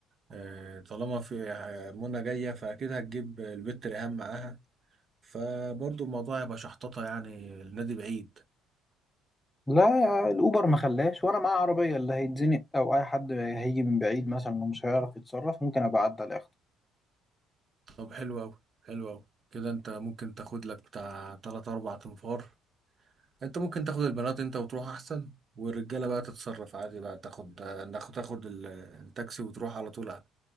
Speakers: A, on the right (about 45°); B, on the left (about 20°).
A: آه، طالما في آه، منى جاية فأكيد هتجيب البت ريهام معاها فبرضه الموضوع هيبقى شحططة يعني النادي بعيد
B: لا الأوبر ما خلاش وأنا معاه عربية اللي هيتزنق أو أي حد هيجي من بعيد مثلا ومش هيعرف يتصرف ممكن أبقى أعدي على آخره
A: طب حلو أوي حلو أوي كده أنت ممكن تاخد لك بتاع تلات أربع تنفار أنت ممكن تاخد البنات أنت وتروح أحسن والرجالة بقى تتصرف عادي بقى تاخد آه، ناخد تاخد ال- التاكسي وتروح على طول